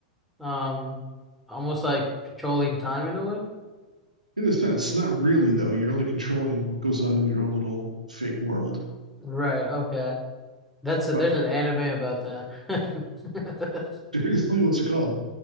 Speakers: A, in the centre; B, on the right.
A: um almost like controlling time in a way.
B: In a sense, not really though. You're only controlling what goes on in your own little fake world.
A: Right, okay. That's a,
B: Right.
A: there's an anime about that. <laughs>
B: Seriously, what's it called?